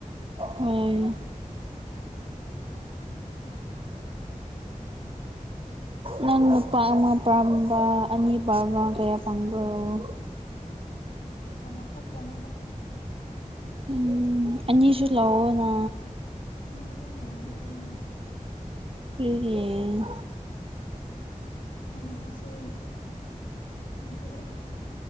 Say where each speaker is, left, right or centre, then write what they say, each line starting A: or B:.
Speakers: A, on the right (about 40°); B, on the left (about 80°).
A: ꯎꯝ ꯅꯪ ꯅꯨꯄꯥ ꯑꯃ ꯄꯥꯝꯕ ꯑꯅꯤ ꯄꯥꯝꯕ ꯀꯌꯥ ꯄꯥꯝꯕ꯭ꯔꫭ
B: ꯑꯃꯈꯛꯇꯅꯤꯗ
A: ꯎꯝ ꯑꯅꯤꯁꯨ ꯂꯧꯑꯣ ꯅ
B: ꯑꯅꯤ ꯂꯩ ꯉꯝ ꯂꯩ
A: ꯄ꯭ꯔꯤꯔꯤꯌꯦ
B: ꯍꯥꯏꯁꯨ ꯅꯨꯄꯤ